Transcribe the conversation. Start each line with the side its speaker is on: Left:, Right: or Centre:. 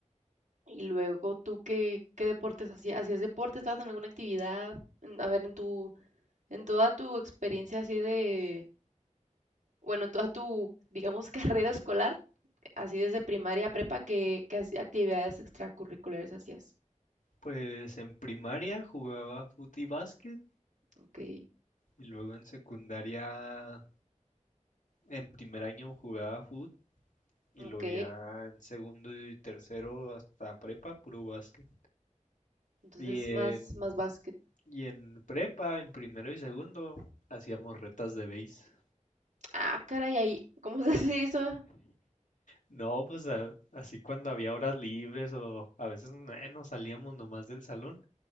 Right: Y luego tú, ¿qué, qué deportes hacías? ¿Hacías deporte? ¿Estabas en alguna actividad? En- A ver, en tu, en toda tu experiencia así de, bueno, en toda tu, digamos, <laughs> carrera escolar, así desde primaria a prepa, ¿qué, qué hac- actividades extracurriculares hacías?
Left: Pues en primaria jugaba fut y básquet
Right: Ok,
Left: y luego en secundaria, en primer año jugaba fútbol Y
Right: ok.
Left: lo vi ya en segundo y tercero hasta prepa, puro básquet.
Right: Entonces,
Left: Y en,
Right: más, más básquet.
Left: y en prepa, en primero y segundo, hacíamos retas de base.
Right: Ah, caray, ahí, ¿cómo <laughs> se hace eso?
Left: No, pues a- así cuando había horas libres o a veces eh, nos salíamos nomás del salón